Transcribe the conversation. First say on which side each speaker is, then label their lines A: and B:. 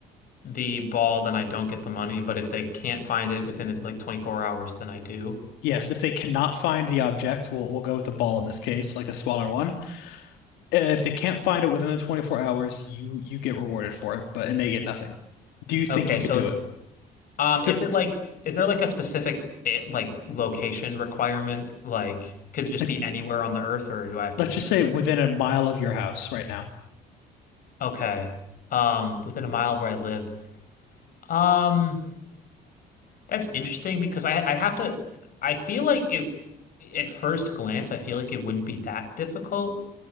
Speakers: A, on the left; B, on the left.
A: the ball, then I don't get the money, but if they can't find it within like 24 hours, then I do.
B: Yes, if they cannot find the object, we'll we'll go with the ball in this case, like a smaller one. If they can't find it within the 24 hours, you you get rewarded for it, but and they get nothing. Do you think
A: Okay,
B: you
A: so
B: could do it?
A: um is
B: There,
A: it like is there like a specific eh, like location requirement like could it just
B: like
A: be anywhere on the earth or do I have to
B: let's
A: keep
B: just say
A: it within?
B: within a mile of your house right now.
A: Okay. Um within a mile of where I lived. Um that's interesting because I I'd have to I feel like it at first glance I feel like it wouldn't be that difficult